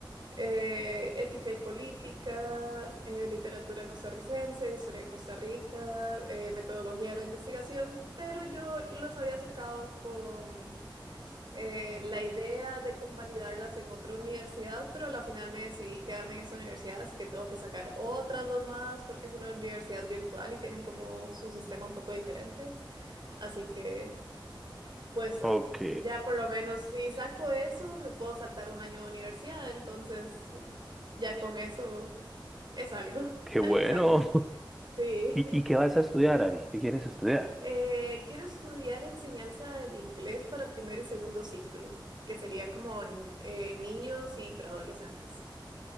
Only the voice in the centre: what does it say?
Ok,
qué
bueno.
<laughs>
¿Y, y qué vas a estudiar, Ari? ¿Qué quieres estudiar?